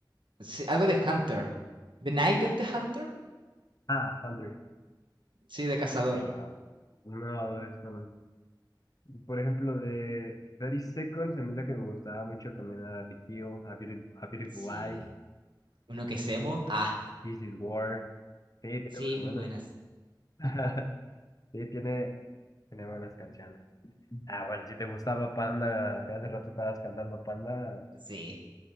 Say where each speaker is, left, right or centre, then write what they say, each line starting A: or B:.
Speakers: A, on the right; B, on the left.
A: Sí, algo de Hunter. The Night of the Hunter.
B: Ah, one hundred
A: Sí, de cazador.
B: Ah, no, desconozco. Por ejemplo, de thirty Seconds, a mí la que me gustaba mucho también era The Kill, A Beautiful, A Beautiful
A: Sí.
B: Lie,
A: Uno que semo. Ah,
B: This Is War. Sí, tiene
A: sí, muy
B: muy
A: buenas.
B: buenas. <laughs> Sí, tiene, tiene buenas canciones. Ah, bueno, si te gustaba Panda, que hace rato estabas cantando Panda,
A: Sí.